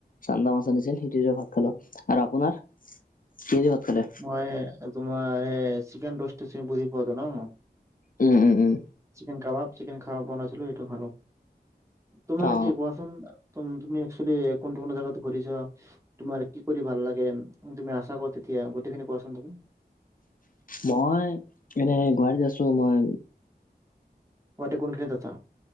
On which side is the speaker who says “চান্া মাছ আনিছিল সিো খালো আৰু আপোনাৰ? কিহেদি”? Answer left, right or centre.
Left